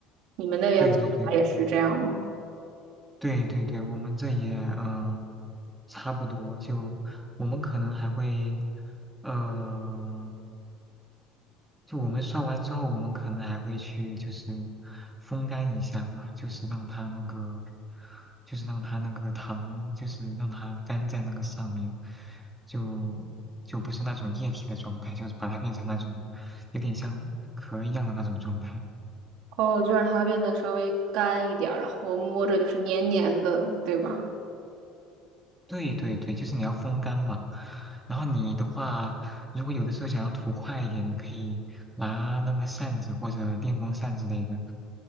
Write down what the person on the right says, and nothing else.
你们那边做法也是这样吗？
哦，就让它变得稍微干一点儿，然后摸着就是黏黏的，对吧？